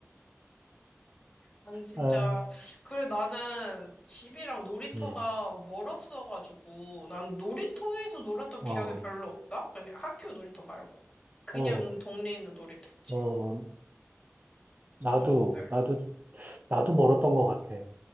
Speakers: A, on the left; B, on the right.
A: 난 진짜,
B: 아,
A: 그래, 나는 집이랑 놀이터가
B: 응.
A: 멀었어가지고, 난 놀이터에서 놀았던
B: 어,
A: 기억이 별로 없다? 그냥 학교 놀이터 말고. 그냥
B: 어,
A: 동네에 있는 놀이터 있지.
B: 어. 나도,
A: 너 어때?
B: 나도, 나도 멀었던 것 같아.